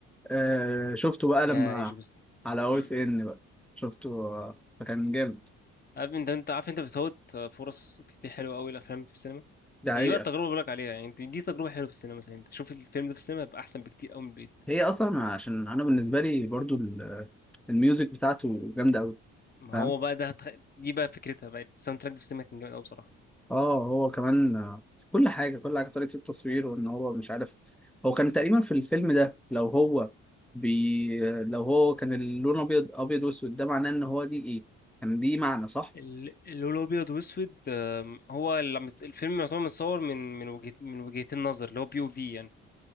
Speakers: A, in the centre; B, on the left.
A: آه، شفته بقى لما
B: يا ايجي بس
A: على او
B: مم.
A: اس إيه ان بقى شفته آه، فكان جامد
B: عارف انت انت عارف انت بتفوت فرص كتير حلوه قوي الافلام في السينما
A: ده
B: يعني
A: حقيقة
B: دي بقى التجربه اللي بقولك عليها يعني انت- دي تجربه حلوه في السينما مثلا انت شوف الفيلم ده في السينما يبقى احسن بكتير قوي من البيت
A: هي اصلا عشان انا بالنسبة لي برضو ال- الميوزك بتاعته جامدة قوي
B: ما
A: فاهم.
B: هو بقى ده هتخ... دي بقى فكرتها بقى الساوند تراك في السينما كان جامد قوي بصراحه
A: اه هو كمان آه، كل حاجه كل حاجه طريقه التصوير وان هو مش عارف هو كان تقريبا في الفيلم ده لو هو بي لو هو كان اللون ابيض ابيض واسود ده معناه ان هو دي ايه كان دي معنى صح
B: ال- اللون الابيض واسود آم، هو اللي عم- الفيلم يعتبر متصور من من وجهة من وجهتين نظر اللي هو بي او في